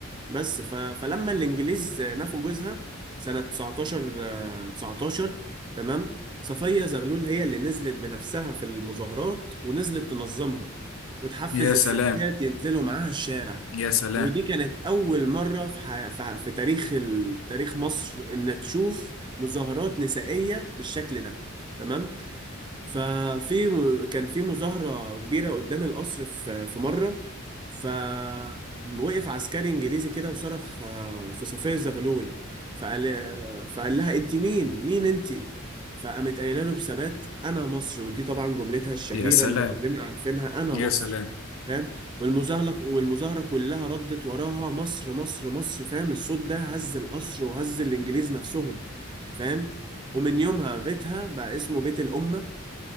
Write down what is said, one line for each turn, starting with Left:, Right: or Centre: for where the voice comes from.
Right: بس ف... فلما الانجليز نفوا جوزها سنة 19 آه، 19 تمام صفية زغلول هي اللي نزلت بنفسها في المظاهرات ونزلت تنظمها وتحفز
Left: يا سلام
Right: الستات ينزلوا معاها الشارع
Left: يا سلام
Right: ودي كانت أول مرة في, ح... في... في تاريخ ال... تاريخ مصر إن تشوف مظاهرات نسائية بالشكل ده تمام ففي كان في مظاهرة كبيرة قدام القصر في في مرة ف وقف عسكري انجليزي كده وصرخ آه، في صفية زغلول فقال آه، فقال لها انت مين مين انت فقامت قايله له بثبات انا مصر ودي طبعا جملتها الشهيره
Left: يا سلام
Right: اللي كلنا عارفينها انا
Left: يا
Right: مصر
Left: سلام
Right: فاهم والمظاهره والمظاهره كلها ردت وراها مصر مصر مصر فاهم الصوت ده هز القصر وهز الانجليز نفسهم فاهم ومن يومها بيتها بقى اسمه بيت الأمة